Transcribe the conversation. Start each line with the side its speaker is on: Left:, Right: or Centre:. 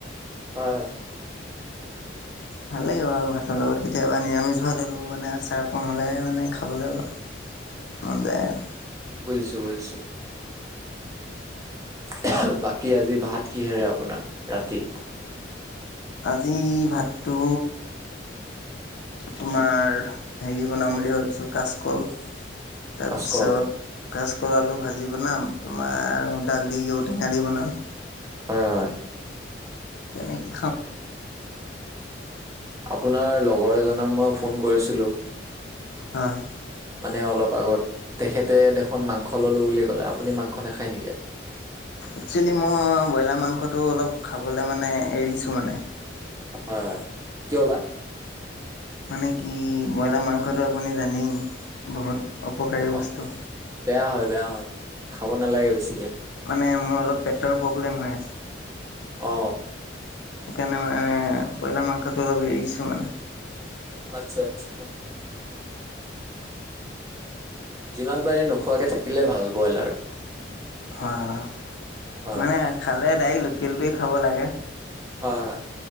Right: হয়, হয়।
Left: ভালই বাৰু ভাতৰ লগত কেতিয়াবা, নিৰামিষ ভাত হ'লেও মানে আচাৰ অকণ হ'লে মানে খাবলৈ মন যায় আৰু।
Right: বুজিছো, বুজিছো। এহে বাকি আজি ভাত কিহেৰে আপোনাৰ, ৰাতি?
Left: আজি ভাতটো তোমাৰ, হেৰি বনাম বুলি ভাবিছো কাচকল। তাৰপিছত
Right: কাচকল
Left: কাচকল আলু ভাজি বনাম তোমাৰ আৰু দাল ঔটেঙা দি বনাম।
Right: হয়, হয়।
Left: তেনেকা
Right: আপোনাৰ লগৰ এজনক মই ফোন কৰিছিলো।
Left: হয়।
Right: মানে অলপ আগত, তেখেতে দেখোন মাংস ল'লো বুলি ক'লে, আপুনি মাংস নাখায় নেকি আজি?
Left: একচুৱেলি মই, ব্ৰইলাৰ মাংসটো অলপ খাবলে মানে এৰিছো মানে।
Right: হয় হয়, কিয় বা?
Left: মানে কি ব্ৰইলাৰ মাংসটো আপুনি জানেই, বহুত অপকাৰী
Right: অ
Left: বস্তু।
Right: বেয়া হয়, বেয়া হয় খাব নালাগে বেছিকে।
Left: মানে মোৰ অলপ পেটৰ প্ৰব্লেম হৈ আছে।
Right: অ অ।
Left: সেইকাৰণে মানে ব্ৰইলাৰ মাংসটো অলপ এৰিছো মানে।
Right: আটচ্ছা আটচ্ছা। যিমান পাৰি নোখোৱাকে থাকিলে ভাল বয়লাৰ।
Left: হয় হয়,
Right: হয়
Left: মানে খালে ডাইৰেক্ট লোকেলটোৱেই খাব লাগে।
Right: হয় হয়।